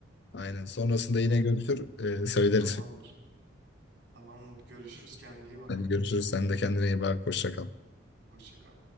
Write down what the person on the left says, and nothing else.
Aynen. Sonrasında yine görüşür. e, söyleriz.
Hadi görüşürüz. Sen de kendine iyi bak. Hoşça kal.